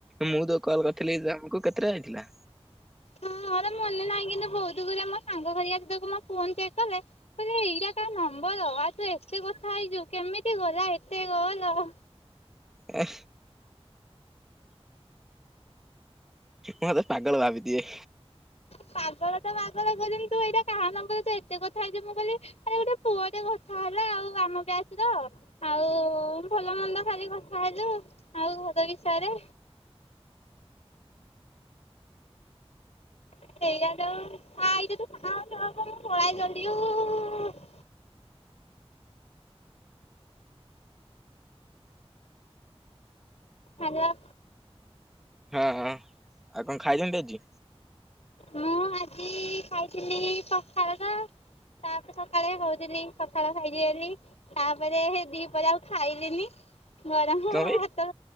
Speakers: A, in the centre; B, on the left.
A: ମୁଁ ତ କଲ୍ କରିଥିଲି ତମୁକୁ କେତେଟା ଯାଇଥିଲା?
B: ହଁ ଏରା ମନେ ନାହିଁ କିନ୍ତୁ ବହୁତ୍ ଗୁରେ ମୋ ସାଙ୍ଗ ଘରିକା ଯେତେକୁ ମୋ ଫୋନ୍ ଚେକ୍ କଲେ। କଇଲେ ଏଇଟା କାଆ ନମ୍ବର ଇଆ ସହ ଏତେ କଥା ହେଇଛୁ କେମିତି ଗଲା ଏତେ କଲ। ହଁ
A: ଏ। ମତେ ପାଗଳ ଭାବିଥିବେ।
B: ପାଗଳ ତ ପାଗଳ କହୁଚନ୍ତି ତୁ ଏଇଟା କାହା ନମ୍ୱର ତୁ ଏତେ କଥା ହେଇଚୁ ମୁଁ କହିଲି ଆରେ ଗୋଟେ ପୁଅ ଟେ କଥା ହେଲା ଆଉ ଆମ ବ୍ୟାଚ ର। ଆଉ ଭଲ ମନ୍ଦ ଖାଲି କଥା ହେଲୁ ଆଉ ଘର ବିଷୟରେ। <unintelligible> ସାଙ୍ଗ।
A: ହଁ ଆଉ କଣ ଖାଇଛନ୍ତି ଆଜି?
B: ମୁଁ ଆଜି ଖାଇଥିଲି ପଖାଳ ତ। ତାପରେ ସକାଳେ କହୁଥିଲି ପଖାଳ ଖାଇଛି ବୋଲି। ତାପରେ ହେଇ ଦି ପହରେ ଆଉ ଖାଇଲିନି ଗରମ
A: କଣ ପାଇଁ?
B: ତ